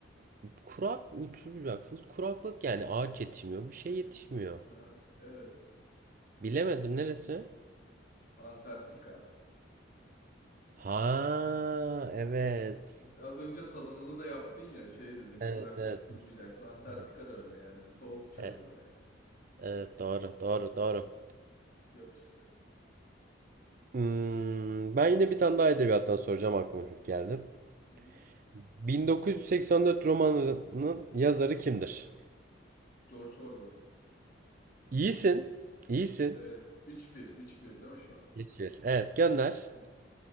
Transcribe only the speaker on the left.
Ha, evet.
Antarktika.
Az önce tanımını da yaptın ya şey dedin
kurak
uçsuz bucaksız. Antarktika
da öyle yani soğuk çöl
olarak.
Yapıştır.
Hı-hı.
George Orwell.
Evet. Üç bir. Üç bir değil mi şu an?
Hı.